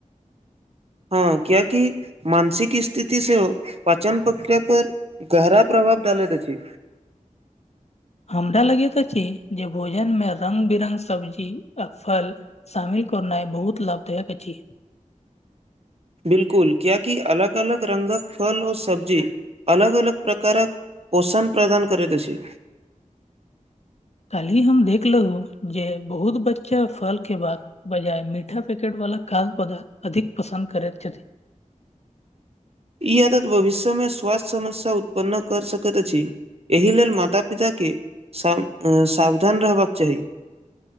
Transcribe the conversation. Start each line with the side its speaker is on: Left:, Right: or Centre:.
Right: हँ क्यकि मानसिक स्थिति से पाचन प्रक्रिया पर गहरा प्रभाव डालैत अछि
Left: हमरा लगैत अछि जे भोजन मे रंग बिरंग सब्जी आ फल सामिल करनाइ बहुत लाभदायक अछि
Right: बिलकुल क्याकी अलग अलग रंगक फल और सब्जी अलग अलग प्रकारक पोषण प्रदान करैत अछि
Left: काल्हि हम देखलहु जे बहुत बच्चा फल के बात बजाय मीठा पैकेट वला खाज पदार्थ अधिक पसन्द करै छथि
Right: ई आदत भविष्यमे स्वास्थ्य समस्या उत्पन्न कर सकैत अछि एहि लेल माता पिताके सावधान रहबाक चाही